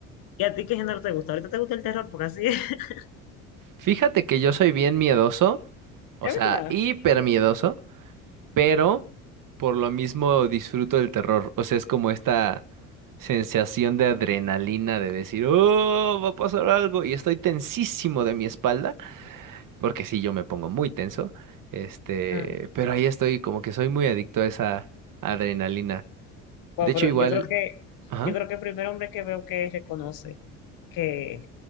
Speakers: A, on the left; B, on the right.
A: ¿Y a ti qué género te gusta? Ahorita te gusta el terror porque así es. <laughs>
B: Fíjate que yo soy bien miedoso, o
A: Es
B: sea,
A: verdad.
B: hiper miedoso, pero por lo mismo disfruto del terror. O sea, es como esta sensación de adrenalina de decir, oh, va a pasar algo y estoy tensísimo de mi espalda. porque sí, yo me pongo muy tenso, este,
A: Ah,
B: pero ahí estoy, como que soy muy adicto a esa adrenalina.
A: wow,
B: De hecho,
A: pero
B: igual,
A: yo creo que,
B: ajá,
A: yo creo que el primer hombre que veo que reconoce que